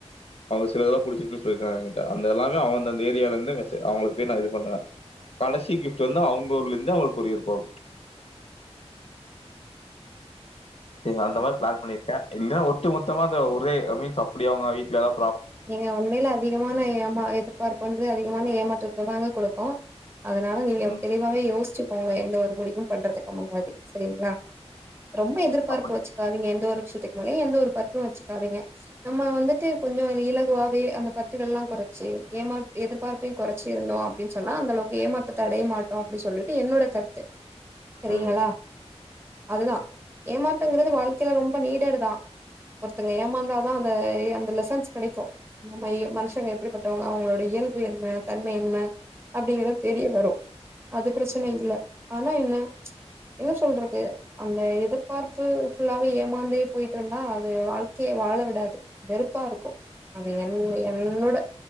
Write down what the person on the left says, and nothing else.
அவுங்க சில இதெல்லா புடுச்சிருக்குன் சொல்லிருக்காங்க எங்கிட்ட அந்த எல்லாமே அவ அந்தந்த ஏரியாலந்து வெஸ அவுங்களுக் போய் நா இது பண்ணுவே கடைசி கிஃப்ட் வந்து அவுங்கூர்லெந்து அவுங்களுக் கொரியர் போவு சே‌
அந்த மாரி ப்ளான் பண்ணிர்க்கே இல்லெனா ஒட்டு மொத்தமாந்த ஒரே அ மீன்ஸ் அப்டி அவுங்க வீட்ல எதா
ம்.
அப்படி
ம்.